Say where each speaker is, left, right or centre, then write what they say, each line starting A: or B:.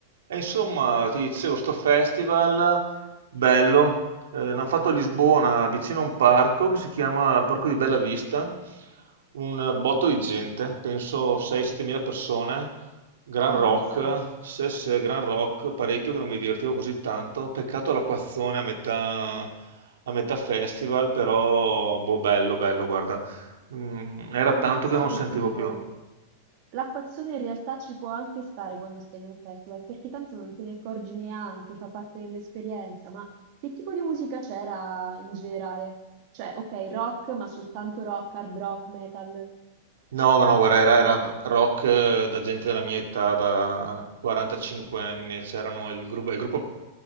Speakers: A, on the right; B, on the right.
A: E insomma, ti dicevo, sto festival bello, eh, l'hanno fatto a Lisbona, vicino a un parco che si chiama Parco di Bella Vista, un botto di gente, penso 6-7 mila persone, gran
B: Ammazza,
A: rock, se, se, gran rock, parecchio che non mi divertivo così tanto, peccato l'acquazzone a metà, a metà festival, però boh, bello, bello, guarda, Mm, era tanto
B: ma sai
A: che non
B: che
A: sentivo
B: ti dico?
A: più.
B: L'acquazzone in realtà ci può anche stare quando stai in un festival, perché tanto non te ne accorgi neanche, fa parte dell'esperienza, ma che tipo di musica c'era in generale? Cioè, ok, rock, ma soltanto rock, hard rock, metal.
A: No, no, guarda, era, era rock eh, da gente della mia età, da 45 anni, c'erano il gruppo, il gruppo